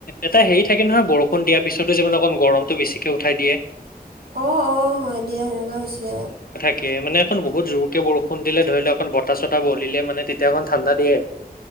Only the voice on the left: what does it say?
এটা হেৰি থাকে নহয় বৰষুণ দিয়াৰ পিছতো যে মানে অকণ গৰমটো বেছিকে উঠাই দিয়ে
তাকে মানে এখন বহুত জোৰকে বৰষুণ দিলে ধৰি লোৱা এক বতাহ চতাহ বলিলে মানে তেতিয়া অকন ঠাণ্ডা দিয়ে